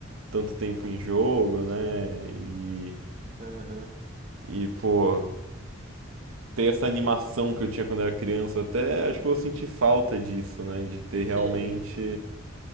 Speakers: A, on the right (about 85°); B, on the right (about 35°).
A: tanto tempo em jogo, né? E,
B: Aham.
A: e pô, ter essa animação que eu tinha quando eu era criança, até
B: é.
A: acho que eu vou sentir falta disso, né? De ter
B: Você
A: realmente,